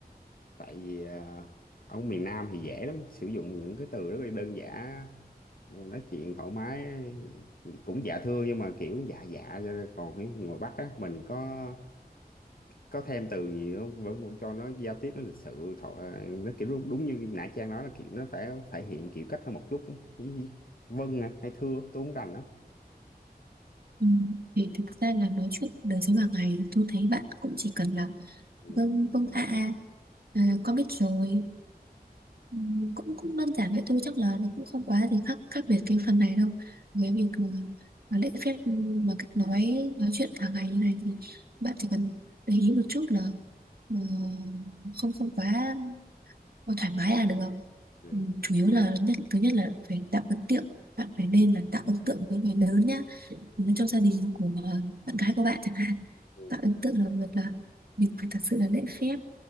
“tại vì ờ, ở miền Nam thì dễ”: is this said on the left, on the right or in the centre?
Left